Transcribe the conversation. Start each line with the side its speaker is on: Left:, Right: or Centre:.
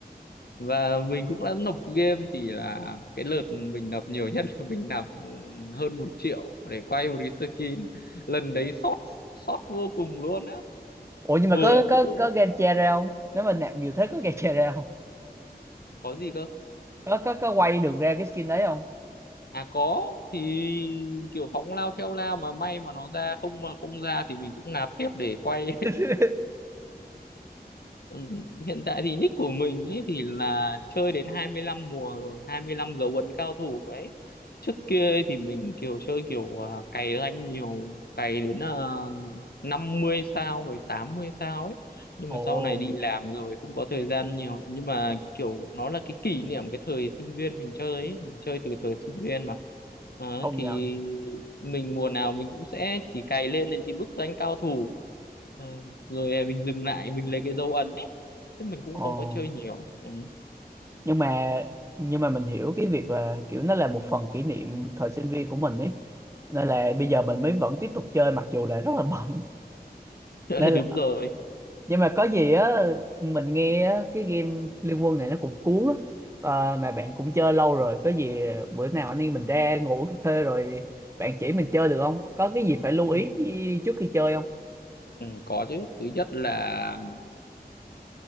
Left: và mình cũng đã nộp game thì là cái lượt mình nộp nhiều nhất là mình nạp hơn một triệu để quay một cái skin lần đấy sót sót vô cùng luôn á
Right: Ủa nhưng
Left: vừa
Right: mà có
Left: nói
Right: có
Left: chung
Right: có game che ra không? Nếu mà nạp nhiều thế có game che ra không?
Left: có gì cơ
Right: Có có có quay được ra cái skin đấy không?
Left: à có thì mình kiểu phóng lao theo lao mà may mà nó ra không mà không ra thì mình cũng nạp tiếp để quay
Right: <laughs>
Left: Ừm, hiện tại thì nick của mình ấy thì là chơi đến 25 mùa rồi 25 dấu ấn cao thủ ấy trước kia ấy thì mình kiểu chơi kiểu à, cày rank nhiều cày đến uh, 50 sao rồi 80 sao ấy nhưng
Right: Ồ,
Left: mà sau này đi làm rồi không có thời gian nhiều nhưng mà kiểu nó là cái kỷ niệm cái thời sinh viên mình chơi ấy mình chơi từ cái thời sinh viên mà Đó,
Right: không
Left: thì
Right: nhận.
Left: mình mùa nào mình cũng sẽ chỉ cày lên đến cái mức rank cao thủ Ờ, rồi à, mình dừng lại mình lấy cái dấu ấn ấy chứ mình cũng
Right: Ồ.
Left: không có chơi nhiều ừ.
Right: nhưng mà nhưng mà mình hiểu cái việc là kiểu nó là một phần kỷ niệm thời sinh viên của mình ấy nên là bây giờ mình mới vẫn tiếp tục chơi mặc dù là rất là bận
Left: Ừ,
Right: <laughs> nên
Left: <laughs> đúng
Right: là
Left: rồi
Right: nhưng mà có gì á mình nghe á, cái game Liên Quân này nó cũng cuốn á Ờ, mà bạn cũng chơi lâu rồi có gì bữa nào anh em mình ra ngủ uống cà phê rồi bạn chỉ mình chơi được không có cái gì phải lưu
Left: ừ.
Right: ý chi- trước khi chơi không
Left: Ừ, có chứ thứ nhất là